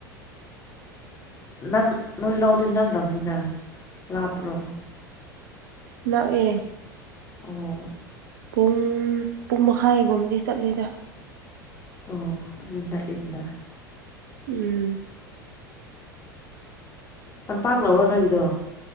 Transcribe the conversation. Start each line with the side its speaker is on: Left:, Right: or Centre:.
Left: ꯅꯪ ꯅꯣꯏ ꯂꯧꯗꯤ ꯅꯝꯂꯝꯅꯤꯅ ꯂꯥꯞꯄ꯭ꯔꯣ
Right: ꯅꯥꯛꯑꯦ
Left: ꯑꯣ
Right: ꯄꯨꯡ ꯄꯨꯡ ꯃꯈꯥꯏꯒꯨꯝꯗꯤ ꯆꯠꯂꯤꯗ
Left: ꯑꯣ ꯑꯗꯨꯗꯤ ꯅꯛꯏꯗꯅ
Right: ꯎꯝ
Left: ꯇꯝꯄꯥꯛ ꯂꯧꯔꯣ ꯅꯣꯏꯒꯤꯗꯣ